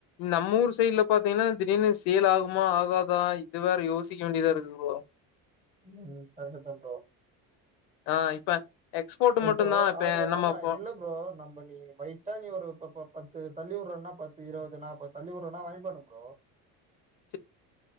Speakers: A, on the left; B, on the right.
A: நம்ம ஊர் சைட்ல பாத்தீங்ன்னா திடீர்னு சேல் ஆகுமா ஆகாதா இது வேற யோசிக்க வேண்டியதா இருக்கு ப்ரோ
B: ம் கரட்டு தா ப்ரோ
A: ஆ இப்ப எக்ஸ்போர்ட் மட்டுதா
B: இப்போ
A: இப்ப
B: அது
A: நம்ம
B: ஆமா
A: போ
B: இல்ல ப்ரோ நம்ப நீ வய்ட்டா நீ ஒரு ப ப பத்து தள்ளிவுடுறனா பத்து இருவது நாப்பது தள்ளி உட்றானா வாங்கி பண்ணு பரோ
A: <inaudible>